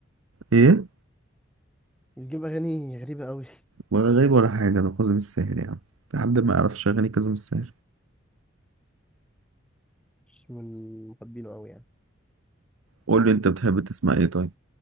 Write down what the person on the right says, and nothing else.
إيه؟
ولا غريب ولا حاجة ده كاظم الساهر يا عم في حد ما يعرفش أغاني كاظم الساهر
قول لي أنت بتحب تسمع إيه طيب؟